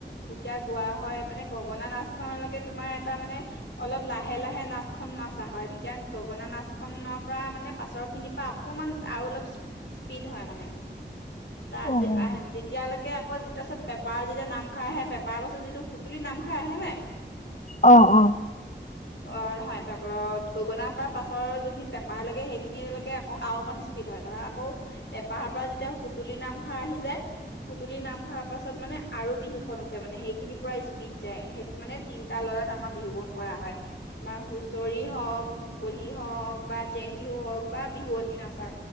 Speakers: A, on the left (about 75°); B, on the left (about 40°).
A: যেতিয়া গোৱা হয় মানে গগনা নাচখনলৈকে তোমাৰ এটা মানে অলপ লাহে লাহে নাচখন নচা হয় তেতিয়া গগনা নাচ খনৰ পৰা মানে পাছৰ খিনি পা অকণমান আৰু অলপ স্পীড হয় মানে ত
B: উম
A: যেতিয়ালৈকে আকৌ পাছত পেপাৰ যেতিয়া নামখাৰ আহে পেপাৰৰ পাছত যিটো সুতুলি নামখাৰ আহে নাই
B: আঁহ অঁ
A: অঁ নহয় পেপ গগনাৰ পৰা পাছৰ যোনখিনি পেপাৰ লাগে সেইখিনিলৈকে আকৌ আৰু অকন স্পীড হয় ধৰা আকৌ পেপাঁৰ পৰা যেতিয়া সুতুলি নামখাৰ আহি যায় সুতুলি নাম খৰ পাছত মানে আৰু বিহুখন উঠে মানে সেইখিনি পূৰা স্পীড যায় সেইটো মানে তিনিটা লয়ত আমাৰ বিহু বন কৰা হয় তোমাৰ হুঁচৰি হওঁক মুকলি হওঁক বা জেং বিহু হওক বা বিহুত চা